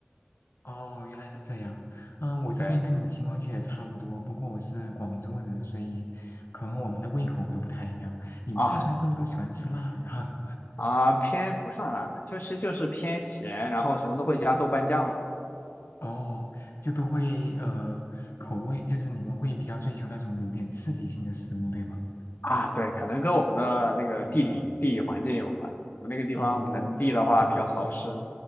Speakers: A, on the left (about 80°); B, on the left (about 50°).
A: 哦，原来是这样。嗯，我这边跟你的情况其实也差不多，
B: 对
A: 不过我是广州人，所以可能我们的胃口会不太一样。你们四川是不是都喜欢吃辣的？
B: 啊啊，偏不算辣，就是就是偏咸，然后什么都会加豆瓣酱
A: <laughs> 哦，就都会呃口味，就是你们会比较追求那种有点刺激性的食物，对吗？
B: 啊，对，可能跟我们的那个地理地理环境有关，
A: 嗯，
B: 我们那个地方盆地的话比较潮湿，
A: 哦，我我们嗯